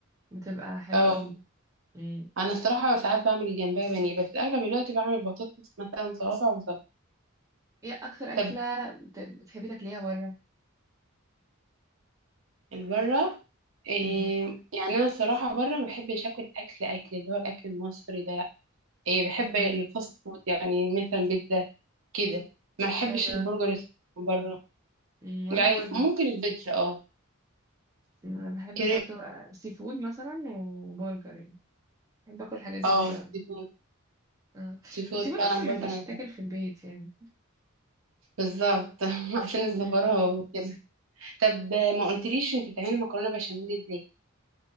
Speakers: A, on the right; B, on the right.
A: بتبقى حلوه
B: اه
A: قوي مم.
B: انا الصراحه ساعات بعمل جنبها بانيه بس اغلب الوقت بعمل بطاطس مثلا صوابع وسلطه
A: ايه اكتر
B: طب
A: اكله بت... بتحبي تاكليها بره
B: البره إيه
A: مم.
B: يعني انا الصراحه بره ما بحبش اكل اكل اكل اللي هو الاكل المصري ده لا إيه بحب
A: مم.
B: الفاست فود يعني مثلا بيتزا كده ما بحبش
A: ايوه
B: البرجر من بره
A: مم. وانا
B: يعني
A: برضو
B: ممكن البيتزا اه
A: انا بحب
B: كريب
A: برضو آه، سي فود مثلا وبرجر يعني بحب اكل الحاجات دي
B: اه
A: بره قوي
B: سي فود
A: اه
B: سي فود
A: السي فود
B: فعلا
A: اصلا ما
B: برضه
A: ينفعش
B: انا بحب
A: تاكل في البيت يعني
B: بالظبط <laughs> عشان الزفاره
A: مم.
B: وكده طب ما قلتليش انت بتعملي مكرونه بشاميل ازاي